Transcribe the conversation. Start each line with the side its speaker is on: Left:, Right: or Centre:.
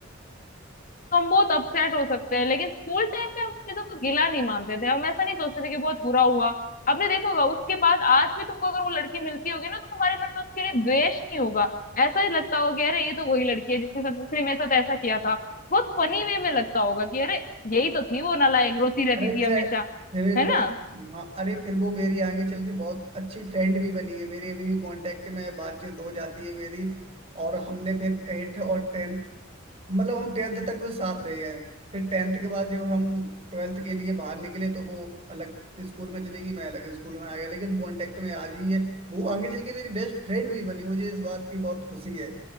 Left: तो हम बहुत अपसेट हो सकते हैं लेकिन स्कूल टाइम पे हम चीजों को गिला नहीं मानते थे हम ऐसा नहीं सोचते थे कि बहुत बुरा हुआ आपने देखा होगा उसके बाद आज भी तुमको अगर वो लड़की मिलती होगी ना तो तुम्हारे मन में उसके लिए द्वेष नहीं होगा ऐसा ही लगता होगा कि अरे ये तो वही लड़की है जिसके साथ उसने मेरे साथ ऐसा किया था बहुत
Right: नहीं
Left: फनी वे में लगता होगा कि अरे यही तो थी वो नालायक रोती रहती
Right: अरे
Left: थी
Right: फिर
Left: हमेशा
Right: फिर मेरी
Left: है
Right: बात
Left: ना
Right: हाँ अरे फिर वो मेरी आगे चल के बहुत अच्छी फ्रेंड भी बनी है मेरी अभी भी कांटेक्ट में है, बातचीत हो जाती है मेरी और हमने फिर एट और टेंथ मतलब हम टेंथ तक वो साथ रहे हैं फिर टेंथ के बाद जब हम ट्वेल्थ के लिए बाहर निकले तो वो अलग स्कूल में चली गई मैं अलग स्कूल में आ गया लेकिन कांटेक्ट में आज ही है वो आगे चल के मेरी बेस्ट फ्रेंड भी बनी मुझे इस बात की बहुत खुशी है